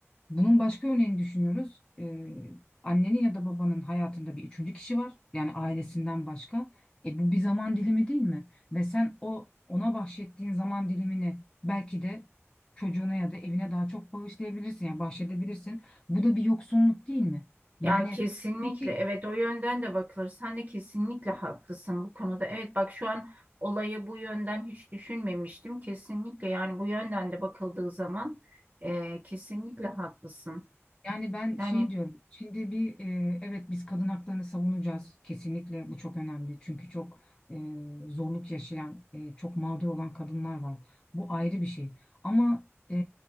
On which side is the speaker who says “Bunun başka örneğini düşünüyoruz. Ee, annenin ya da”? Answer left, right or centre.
Left